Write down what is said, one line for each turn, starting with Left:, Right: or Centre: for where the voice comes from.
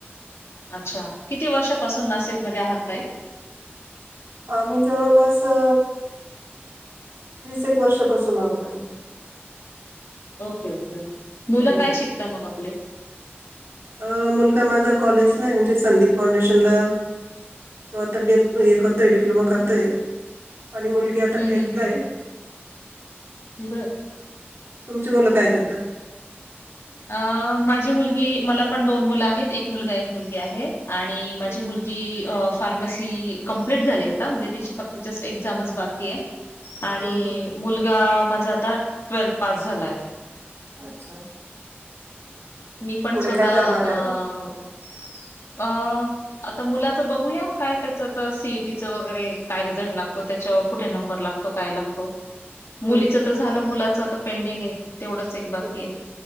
Left: अच्छा. किती वर्षापासून नाशिकमध्ये आहात ताई?
Right: आम्ही जवळपास अ वीस एक वर्षापासून आहोत आम्ही.
Left: Okay, okay. मुलं
Right: हम्म.
Left: काय शिकता, मग आपले?
Right: अ मुलगा माझा कॉलेजलाय म्हणजे संदीप फाउंडेशनला. तो आता डेप हे करतोय, डिप्लोमा करतोय आणि मुल आता
Left: हं,
Right: टेंथ
Left: हं, हं,
Right: ला ये,
Left: हं. बर
Right: तुमची मुलं काय करता?
Left: अ.. माझी मुलगी मला पण दोन मुलं आहेत. एक मुलगा एक मुलगी आहे. आणि माझी
Right: हम्म,
Left: मुलगी की फार्मसी कंप्लीट झाली आता म्हणजे तिची, फक्त जस्ट एक्झामच बाकी ये. आणि
Right: हम्म, हम्म.
Left: मुलगा माझा आता ट्वेल्थ पास झालाय.
Right: अच्छा.
Left: मी पण
Right: पुढे
Left: स्वतः
Right: काय
Left: आं
Right: करणार आहे आता?
Left: अं. आता मुलाचं बघूया काय त्याचं आता, सी ई टी चं वगैरे काय रिझल्ट लागतो त्यांच्यावर. कुठे नंबर लागतो, काय लागतो?
Right: हम्म
Left: मुलीच तर झालं मुलाच आता, पेडिंग ये तेवढंच एक बाकी
Right: हो.
Left: ये.